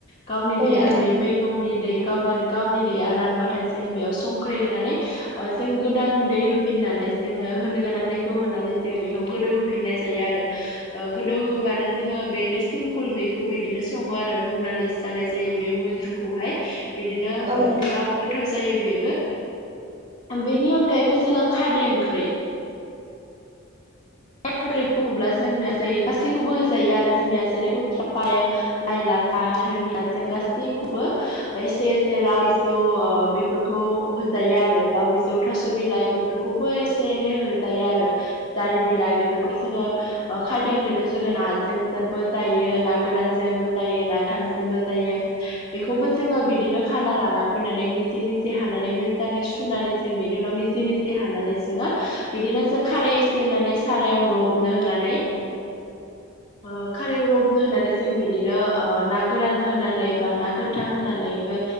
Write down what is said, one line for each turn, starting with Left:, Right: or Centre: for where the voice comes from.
Left: गावनि
Right: औ
Left: दैया
Right: नोंथां
Left: बे मै गावनि दै गा गावनि दैया रानबाथाय जोङो बेयाव संख्रि होनानै जों गोदान दै फिननानै जोङो होनो गोनां दैखौ होनानै जोङो बेखौ गोदौहोफिननाय जायो आरो ओ गोदौ होबानो जोङो बेनो सिमपोल बे बिदिनो सङो आरो रुनानै जानाय जायो बे मैद्रुखौहाय बिदिनो
Right: औ
Left: ओ
Right: नोंथां
Left: गोबां गोथाव जायो बेबो बेनि अनगायैबो जोङो खादै ओंख्रि ओंख्रि बुङोब्ला जोंनो ज गासैखौबो होजायो आरो जोंनिया जेरै कुथ्रा पालें लाइ लाफा धोनिया जों गासैखौबो एसे एसे लाव बिजौ ओ बेफोरखौ खौ होजायो आरो लाव बिजौ थास' बिलाइ बेफोरखौबो एसे एनै होजायो आरो जारि बिलाइ बेफोरखौ जोङो ओ खारदै ओंख्रिखौ जोङो नाजों जेबो जायो ना गोरानजोंबो जायो ना थां जोंबो जायो बेखौबो जोङो बिदिनो खाना लाना फैनानै मिजि मिजि हानानै मोजाङै सुनानै जों बेनि उनाव मिजि मिजि हानानै जोङो बिदिनो जों खारै एसे होननानै सारायाव रबनो होननानै ओ खारायाव रब नो होननानै जों बिदिनो ओ ना गोरान होनानै बा ना गोथां होनानैबो